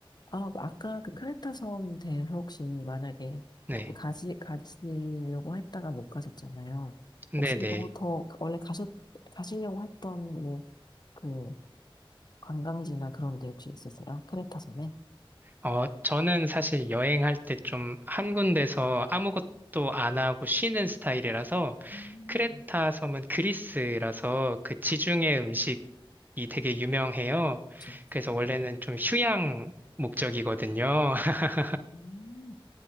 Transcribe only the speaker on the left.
아, 아까 그 크레타 섬 대해서 혹시 만약에
그때 가시, 가시려고 했다가 못 가셨잖아요.
혹시 그거 더 원래 가셨, 가시려고 했던 그 관광지나 그런 데 혹시 있으세요? 크레타 섬에?
음.
좀.
음.